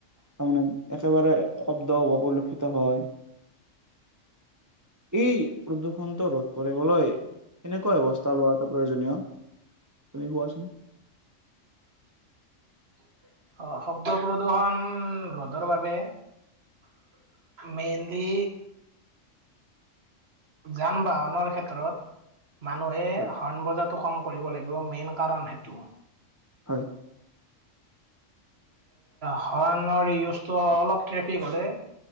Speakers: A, on the right (about 30°); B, on the right (about 55°).
A: তাৰমানে একেবাৰে শব্দ অপলক্ষিত হয় এই প্ৰদূৰষণটো ৰোধ কৰিবলৈ কেনেকুৱা অৱস্থা লোৱাটো প্ৰয়োজনীয় তুমি কোৱাচোন
B: অ শব্দ প্ৰদূশন ৰ'দৰ বাবে মেইনলি যান বাহনৰ ক্ষেত্ৰত মানুহে
A: হয়
B: হৰ্ণ বজাটো কম কৰিব লাগিব মেইন কাৰণ সেইটো
A: হয়
B: হণ্ ৰ ইউজটো অলপ ট্ৰেফিক হ'লে